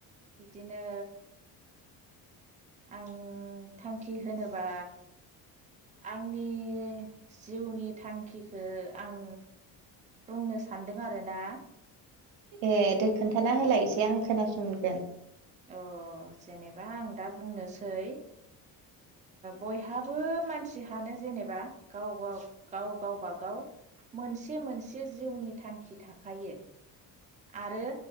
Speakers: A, on the right; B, on the right.
A: बिदिनो आं थांखि होनोबा आंनि जिउनि थांखिखौ आं बुंनो सानदों आरो ना
B: ए दे खोन्थाना होलाय एसे आं खोनासंगोन
A: अ जेनेबा आं दा बुंनोसै बयहाबो मानसि हानो जेनेबा गाव-गाव-गाव गावबागाव मोनसे मोनसे जिउनि थांखि थाखायो आरो